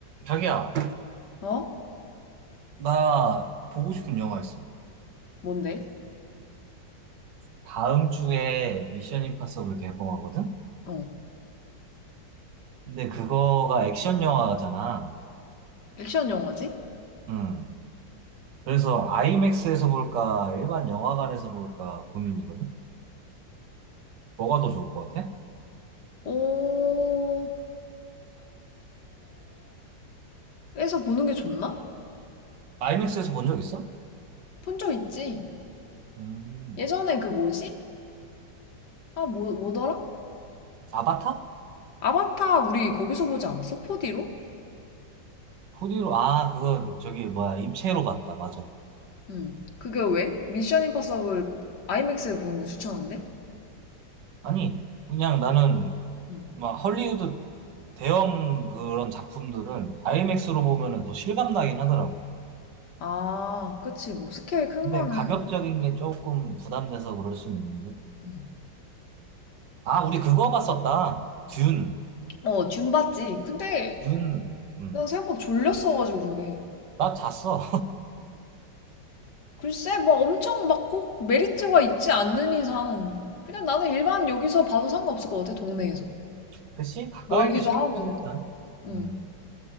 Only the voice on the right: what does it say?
자기야,
나 보고 싶은 영화 있어.
다음 주에 미션 임파서블 개봉하거든?
근데 그거가 액션 영화잖아.
음. 그래서 아이맥스에서 볼까, 일반 영화관에서 볼까 고민이거든? 뭐가 더 좋을 것 같아?
아이맥스에서 본 적 있어?
음.
아바타?
포디로 아, 그거 저기 뭐야, 입체로 봤다. 맞아.
아니, 그냥 나는
막 헐리우드 대형 그런 작품들은 아이맥스로 보면은 더 실감 나긴 하더라고.
근데
가격적인 게 조금 부담돼서 그럴 수는 있는데.
아, 우리 그거 봤었다. 듄.
듄. 음.
나 잤어.
<laughs> 그치? 가까운
게 최고지,
일단.
음.